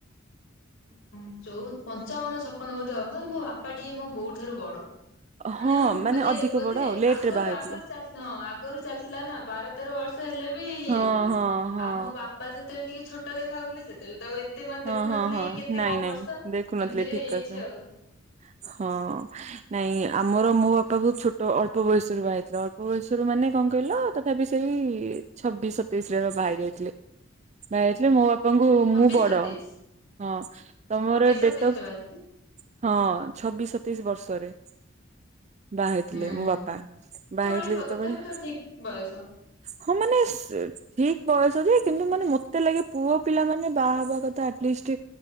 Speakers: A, on the left; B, on the right.
A: ହୁଁ ଚଉବନ୍ ପଞ୍ଚାବନ ଛପନ ବୋଧେ ହବ ମୋ ବାପା ଟିକେ ମୋ ବୋଉଠାରୁ ବଡ। ମାନେ
B: ହଁ
A: ବୋଧେ
B: ଅଧିକ
A: ବୋଧେ
B: ବଡ ଆଉ ଲେଟ
A: ଆଗରୁ
B: ରେ ବାହା ହେଇଥିଲେ।
A: ଆଗରୁ ଚାଲିଥିଲା ହଁ ଆଗରୁ ଚାଲିଥିଲା ନା ବାର ତେର ବର୍ ର୍ଷ ହେଲେ ବି ହେଇଯାଉଥିଲା
B: ହଁ ହଁ ହଁ
A: ଆଉ ମୋ ବାପା ସେତେବେଳେ ଟିକେ ଛୋଟ ଦେଖାଉଥିଲେ ସେତବେଳେ ତ ଆଉ ଏ ସେମାନ‌୍ ଦେଖୁନଥିଲେ
B: ହଁ ହଁ ହଁ
A: କେତେ
B: ନାଇଁ
A: କଣ
B: ନାଇଁ
A: ବର୍ଷ
B: ଦେଖୁନଥିଲି
A: ଏମିତିରେ
B: ଠିକ
A: ହେଇଯାଇଛି
B: କଥା।
A: ଆଉ।
B: ହଁ ନାଇଁ ଆମର ମୋ ବାପା ବହୁ ଛୋଟ ଅଳ୍ପ ବୟସରୁ ବାହାଇଥିଲା ଅଳ୍ପ ବୟସରେ ମାନେ କଣ କହିଲ ତଥାପି ସେଇ ଛବିଶ ସତେଇଶ ରେ ବାହା ଯାଇଥିଲେ ବାହା ଯାଇଥିଲେ ମୋ ବାପା ବାପାଙ୍କୁୁ
A: ଛବିଶ
B: ମୁଁ ବଡ
A: ସତେଇଶ
B: ହଁ ତମର
A: ଛବିଶ ସତେଇଶ
B: ଡେଟଫ
A: ରେ ବାହାରିଥିଲି।
B: ହଁ ଛବିଶ ସତେଇଶ ବର୍ଷ <inaudible> ବାହା ହେଇଥିଲେ
A: ହୁଁ
B: ମୋ ବାପା ବାହାହେଇଥିଲେ
A: ଚଳିବ
B: ଯେତେବେଳେ
A: ତଥାପି ତ ଠିକ ବୟସ।
B: ହଁ ମାନେ ସ୍ ଠିକ ବୟସ ଯେ କିନ୍ତୁ ମାନେ ମତେ ଲାଗେ ପୁଅ ପିଲା ମାନେ ବାହା ହେବା କଥା ଥା ଆଟଲିଷ୍ଟ୍